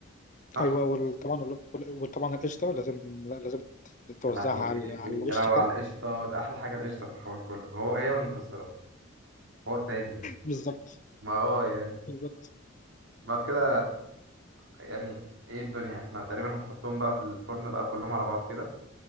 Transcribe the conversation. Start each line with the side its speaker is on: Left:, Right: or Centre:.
Right: صح؟
Left: ايوه وطبعا وطبعا القشطه لازم لازم توزعها
Right: يا لهوي
Left: على على
Right: يا
Left: الوش
Right: لهوي
Left: كده
Right: على القشطة ده أحلى حاجة القشطة في الحوار كله هو هي والمكسرات حوار تاني ده
Left: بالظبط
Right: ما هو يعني
Left: بالظبط
Right: بعد كده يعني ايه الدنيا احنا تقريبا هنحطهم بقى في الفرن بقى كلهم على بعض كده